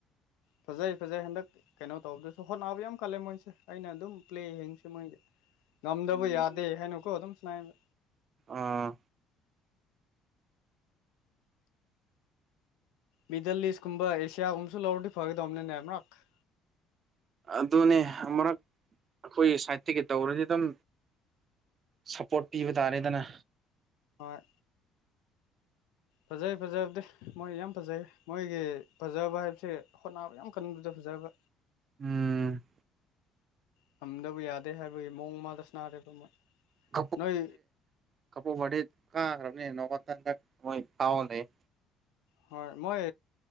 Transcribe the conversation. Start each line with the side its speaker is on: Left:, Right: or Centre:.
Left: ꯐꯖꯩ ꯐꯖꯩ ꯍꯟꯗꯛ ꯀꯩꯅꯣ ꯇꯧꯕꯗꯁ ꯍꯣꯠꯅꯕ ꯌꯥꯝ ꯀꯜꯂꯦ ꯃꯣꯏꯁꯦ ꯑꯩꯅ ꯗꯨꯝ ꯄ꯭ꯂꯦ ꯌꯦꯡꯁꯦ ꯃꯣꯏꯗꯤ ꯉꯝꯗꯕ
Right: ꯎꯝ
Left: ꯌꯥꯗꯦ ꯍꯥꯏꯅꯀꯣ ꯗꯨꯝ ꯁ꯭ꯅꯥꯏꯕ
Right: ꯑꯥ
Left: ꯃꯤꯗꯜ ꯑꯦꯁ ꯀꯨꯝꯕ ꯑꯦꯁꯤꯌꯥꯒꯨꯝꯕꯁꯨ ꯂꯧꯔꯗꯤ ꯐꯒꯗꯧꯝꯅꯤꯅꯦ ꯑꯃꯨꯔꯛ
Right: ꯑꯗꯨꯅꯦ ꯑꯃꯔꯛ ꯑꯈꯣꯏꯒꯤ ꯁꯥꯏꯠꯇꯒꯤ ꯇꯧꯔꯗꯤ ꯑꯗꯨꯝ ꯁꯄꯣꯔꯠ ꯄꯤꯕ ꯇꯥꯔꯦꯗꯅ
Left: ꯍꯣꯏ ꯐꯖꯩ ꯐꯖꯕꯗꯤ ꯃꯣꯏ ꯌꯥꯝ ꯐꯖꯩꯌꯦ ꯃꯣꯏꯒꯤ ꯐꯖꯕ ꯍꯥꯏꯕꯁꯦ ꯍꯣꯠꯅꯕ ꯌꯥꯝ ꯀꯟꯕꯗ ꯐꯖꯕ
Right: ꯎꯝ
Left: ꯉꯝꯗꯕ ꯌꯥꯗꯦ ꯍꯥꯏꯕꯒꯤ ꯃꯑꯣꯡ ꯑꯃꯗ ꯁ꯭ꯅꯥꯔꯦꯗꯣ ꯃꯣꯏ
Right: <unintelligible>
Left: ꯅꯣꯏ
Right: ꯀꯕꯣ ꯕ꯭ꯔꯗꯦ ꯀꯥꯒ꯭ꯔꯝꯅꯦ ꯅꯣꯡꯃꯇꯪꯗ ꯃꯣꯏ ꯐꯥꯎ ꯂꯩꯌꯦ
Left: ꯍꯣꯏ ꯃꯣꯏ